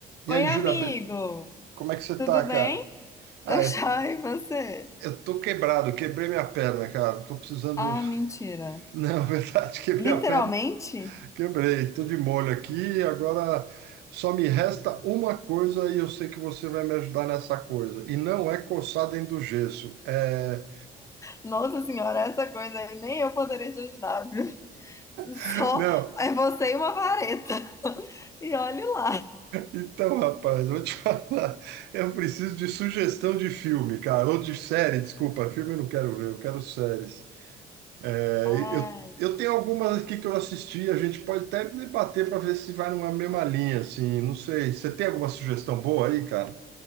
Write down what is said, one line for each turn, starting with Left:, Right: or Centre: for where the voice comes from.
Right: E
Left: Oi,
Right: aí,
Left: amigo!
Right: Júlia, be- como é que você
Left: Tudo
Right: tá,
Left: bem?
Right: cara?
Left: <laughs>
Right: Ah,
Left: Tá joia,
Right: eu tô,
Left: e você?
Right: eu tô quebrado, quebrei minha perna, cara. Tô precisando.
Left: Ah, mentira.
Right: Não, <laughs> verdade, quebrei
Left: Literalmente?
Right: a perna, quebrei. Tô de molho aqui. Agora só me resta uma coisa e eu sei que você vai me ajudar nessa coisa. E não é coçar dentro do gesso. É.
Left: Nossa senhora, essa coisa aí nem eu poderia te ajudar, viu? <laughs>
Right: <laughs>
Left: Só
Right: Não,
Left: é você e uma vareta. <laughs> E olhe lá.
Right: então, rapaz, eu vou te <laughs> falar. Eu preciso de sugestão de filme, cara. Ou de série, desculpa. Filme eu não quero ver, eu quero séries. É,
Left: Ai,
Right: eu, eu tenho algumas aqui que eu assisti, a gente pode até debater para ver se vai numa mesma linha, assim, não sei. Você tem alguma sugestão boa aí, cara?